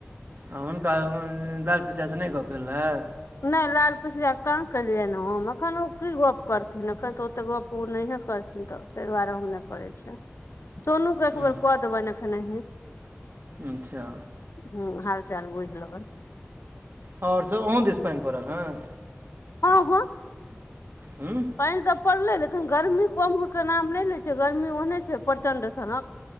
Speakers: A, on the right; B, on the left.
A: आ हुनका <unintelligible> लाल चाचा से नहि गप्प भेल रहे?
B: नहि लाल पिछड़िया कहा केलियै ने उ एखन ओ की गप करथिन एखन तऽ ओते गप ओ नहिये करथिन तऽ ताहि दुआरे हम नहि करै छियै। सोनू के
A: हूँ
B: एकबेर कऽ देबैन एखन अही।
A: अच्छा।
B: हू हाल चाल बुइझ लेबइन।
A: आओर सब अहोूँ दिस पानि पड़ल हँ?
B: हँ हँ।
A: हु।
B: पानि तऽ पड़लै लेकिन गर्मी कम होइके नाम नहि लै छै गर्मी ओहने छै प्रचण्ड सनक।